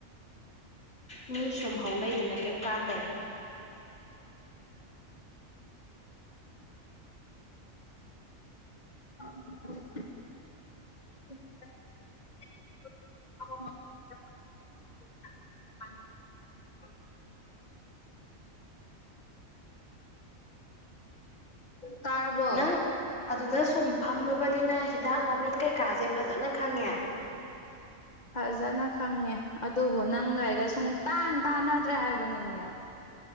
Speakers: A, on the left (about 55°); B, on the left (about 35°).
A: ꯃꯤ ꯁꯨꯝꯍꯧ ꯂꯩꯗꯅ ꯀꯩꯝ ꯀꯥꯟꯗꯔꯦ
B: <unintelligible> ꯇꯥꯔꯔꯕꯣ
A: ꯅꯪ ꯑꯗꯨꯗ ꯁꯨꯝ ꯐꯝꯃꯕꯅꯤꯅ ꯍꯤꯗꯥꯛ ꯃꯃꯤꯡ ꯀꯩꯀꯥꯁꯦ ꯐꯖꯅ ꯈꯪꯉꯦ
B: ꯐꯖꯅ ꯈꯪꯉꯦ ꯑꯗꯨꯕꯨ ꯅꯪꯒꯒ ꯁꯨꯡ ꯇꯥꯟ ꯇꯥꯟꯅꯗ꯭ꯔꯦ ꯍꯥꯏꯕꯅꯦꯃꯦ